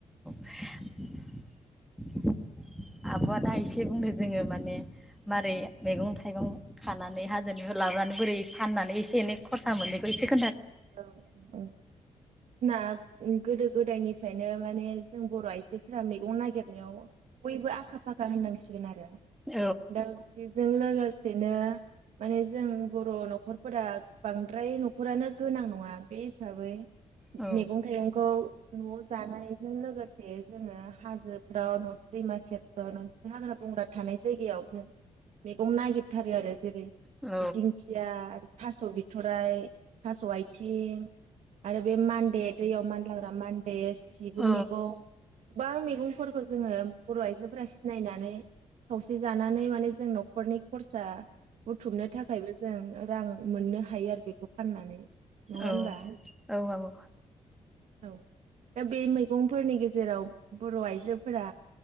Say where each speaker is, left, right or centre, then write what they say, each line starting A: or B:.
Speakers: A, in the centre; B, on the right.
A: <inaudible> आब'आ दा इसे बुंदो। जोङो माने मारै मेगं थाइगं खानानै हाजोनिफाय लाबोनानै बोरै फाननानै एसे एनै खरसा मोनो बैसोर
B: औ <unintelligible> उम गोदो गोदायनिफ्रायनो माने जों बर' आइजोफोरा मैगं नागिरनायाव बयबो आखा फाखा होननांसिगोन आरो।
A: औ
B: <unintelligible> बिदिनो माने जों बर नखरफोरा बांद्राय नखरानो गोनां नङा बे हिसाबै
A: औ
B: मैगं थाइगंखौ नआव जानायजों लोगोसे से जोङो हाजोफ्राव न दैमा सेरफ्राव नोंस हाग्रा बंग्रा थानाय जायगायाव जों मैगं नागिरथारो आरो जेरै
A: औ
B: दिंखिया आरो थास बिथराइ थास आइथिं आरो बे मान्दे दैयाव मान- लाग्रा मान दे सिबुं
A: औ
B: मेगं गोबां मैगंफोरखौ जोङो बर' आइजोफोरा सिनायनानै खावसे जानानै माने जों न'खरनि खरसा बुथुमनो थाखायबो जों रां मोननो हायो आरो बेखौ फाननानै नङा होनबा
A: औ औ आब'
B: औ दा बे मैगंफोरनि गेजेराव बर' आइजोफोरा